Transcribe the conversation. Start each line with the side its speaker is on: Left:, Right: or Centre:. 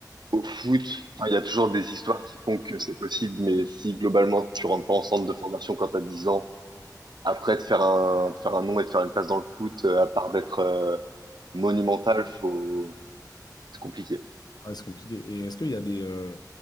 Right: Au foot, enfin, il y a toujours des histoires qui font que c'est possible, mais si globalement tu rentres pas en centre de formation quand t'as 10 ans, après de faire un, de faire un nom et de faire une place dans le foot, euh, à part d'être euh, monumental, faut... c'est compliqué.
Left: Ouais, c'est compliqué. Et est-ce qu'il y a des, euh,